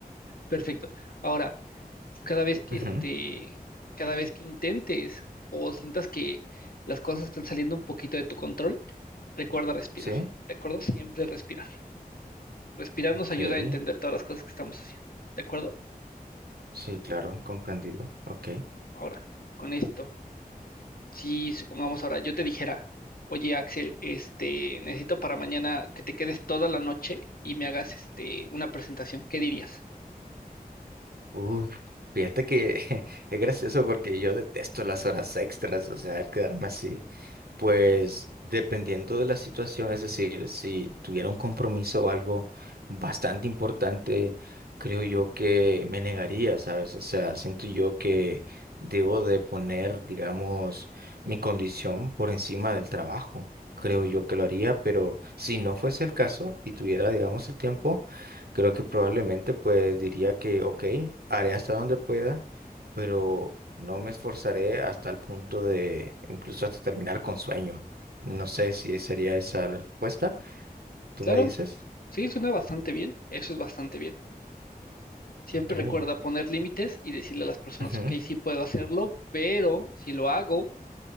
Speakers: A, on the left; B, on the right.
A: Perfecto. Ahora, cada vez que
B: <laughs> Ujú,
A: este, cada vez que intentes o sientas que las cosas están saliendo un poquito de tu control, recuerda respirar.
B: Sí,
A: ¿De acuerdo? Siempre respirar. Respirar
B: ok,
A: nos ayuda a entender todas las cosas que estamos haciendo. ¿De acuerdo?
B: sí, claro, comprendido, ok.
A: Ahora, con esto, si supongamos ahora yo te dijera, oye Axel, este, necesito para mañana que te quedes toda la noche y me hagas este, una presentación, ¿qué dirías?
B: Uf, fíjate que <laughs> es gracioso porque yo detesto las horas extras, o sea, el quedarme así. Pues dependiendo de la situación, es decir, si tuviera un compromiso o algo bastante importante, creo yo que me negaría, ¿sabes? O sea, siento yo que debo de poner, digamos, mi condición por encima del trabajo. Creo yo que lo haría, pero si no fuese el caso y tuviera, digamos, el tiempo, creo que probablemente pues diría que, ok, haré hasta donde pueda pero no me esforzaré hasta el punto de incluso hasta terminar con sueño. No sé si sería esa la respuesta. ¿Tú
A: Claro,
B: me dices?
A: sí, suena bastante bien, eso es bastante bien. Siempre
B: Ok.
A: recuerda poner límites y decirle a las personas,
B: Ujú,
A: ok, sí puedo hacerlo, pero si lo hago,